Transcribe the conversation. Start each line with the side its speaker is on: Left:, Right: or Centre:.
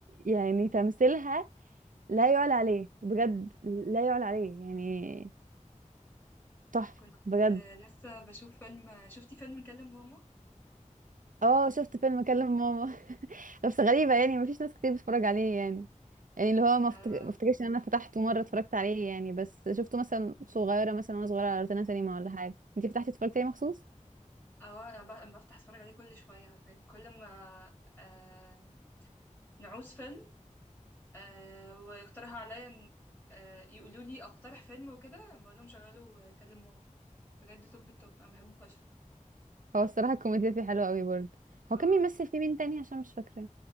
Right: يعني تمثيلها لا يعلى عليه بجد لا يعلى عليه يعني تحفه
Left: كنت
Right: بجد
Left: آه، لسه بشوف فيلم شفتي فيلم كلم ماما
Right: اه شفت فيلم كلم ماما بس غريبة يعني مفيش ناس كتير بتتفرج عليه يعني يعني اللي هو ما
Left: لا
Right: افتك-
Left: لا
Right: ما افتكرش ان انا فتحته مرة اتفرجت عليه يعني بس شفته مثلا صغيرة مثلا وانا صغيرة على روتانا سينما ولا حاجة انتي فتحتي اتفرجتي عليه مخصوص
Left: اه انا ب- بفتح اتفرج عليه كل شوية عارفين كل ما آه نعوز فيلم آه ويقترحوا عليا إن- آه يقولوا لي اقترح فيلم وكده بقول لهم شغلوا آه، كلم ماما بجد توب التوب انا بحبه فشخ
Right: هو الصراحة الكوميديا فيه حلوة قوي برضه
Left: اه
Right: هو كان بيمثل فيه مين تاني عشان مش فاكرة